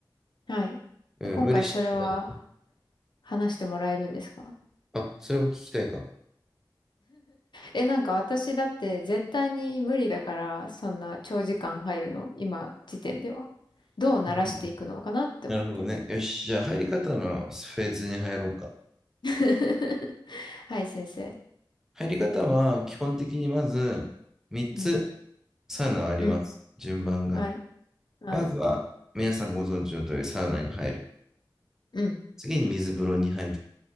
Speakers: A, on the left; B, in the centre.
A: はい。
B: うん、
A: で、今回それは
B: 無理しない
A: 話してもらえるんですか
B: あ、それを聞きたいか。
A: え、なんか私だって絶対に無理だから、そんな長時間入るの、今時点では。どう慣らしていくのかなって思って。
B: うんなるほどね。よし、じゃあ入り方のフェーズに入ろうか。
A: <laughs> はい、先生。
B: 入り方は基本的にまず3つ
A: うん。
B: サウナがあります。
A: うん。
B: 順番が。
A: はい。はい。
B: まずは皆さんご存知の通りサウナに入る。
A: うん。
B: 次に水風呂に入る。